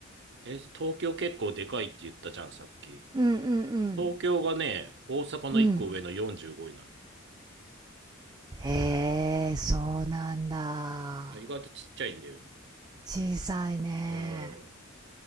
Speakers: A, on the right; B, on the right.
A: え、東京結構でかいって言ったじゃん、さっき。
B: うんうん
A: 東京がね、大阪の1個上の45位な
B: うん。うん。へえ、そうなんだ。
A: の。意外とちっちゃいんだよね。
B: 小さいね。
A: うん。